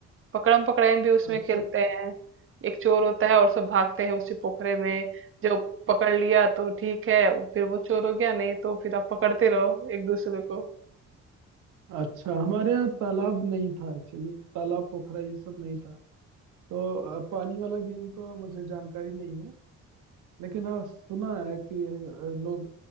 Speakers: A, on the right (about 45°); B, on the right (about 85°).
A: पकड़म पकड़ाई भी उसमें
B: अच्छा
A: खेलते हैं एक चोर होता है और सब भागते हैं उसी पोखरे में जो पकड़ लिया तो ठीक है फिर वो चोर हो गया नहीं तो फिर आप पकड़ते रहो एक दूसरे को
B: अच्छा हमारे यहाँ तालाब नहीं था एक्चुअली तालाब पोखरा ये सब नहीं था तो अ, पानी वाला गेम तो मुझे जानकारी नहीं है लेकिन हाँ सुना है कि अ, लोग